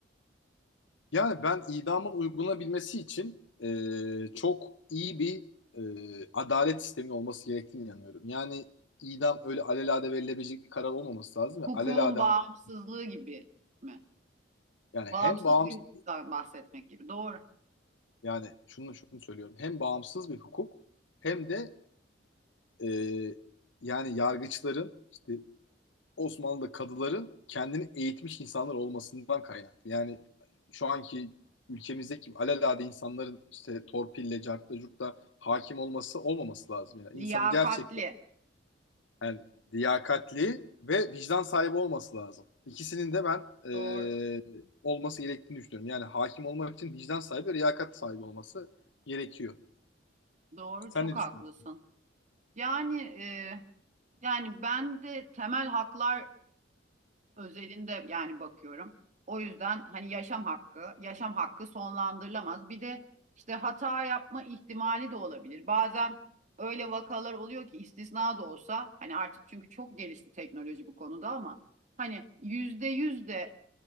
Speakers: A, on the left; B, on the right.
A: Yani ben idamın uygulanabilmesi için e, çok iyi bir e, adalet sisteminin olması gerektiğine inanıyorum. Yani idam öyle alelade verilebilecek bir karar olmaması lazım
B: Hukukun
A: ve alelade
B: bağımsızlığı
A: hakim-
B: gibi mi?
A: yani
B: Bağımsız
A: hem bağımsız
B: bir bahsetmek gibi. Doğru.
A: yani şunu şunu söylüyorum hem bağımsız bir hukuk hem de e, yani yargıçların işte Osmanlı'da kadıların kendini eğitmiş insanlar olmasından kaynaklı. Yani şu anki ülkemizdeki alelade insanların işte torpille, cartla, curtla hakim olması olmaması lazım. Yani
B: Liyakatli.
A: insanın gerçekten yani liyakatli ve vicdan sahibi olması lazım. İkisinin de ben e,
B: Doğru.
A: olması gerektiğini düşünüyorum. Yani hakim olmak için vicdan sahibi ve liyakat sahibi olması gerekiyor.
B: Doğru. Çok
A: Sen ne
B: haklısın.
A: düşünüyorsun?
B: Yani e, yani ben de temel haklar özelinde yani bakıyorum. O yüzden hani yaşam hakkı, yaşam hakkı sonlandırılamaz. Bir de işte hata yapma ihtimali de olabilir. Bazen öyle vakalar oluyor ki istisna da olsa hani artık çünkü çok gelişti teknoloji bu konuda ama hani yüzde yüz de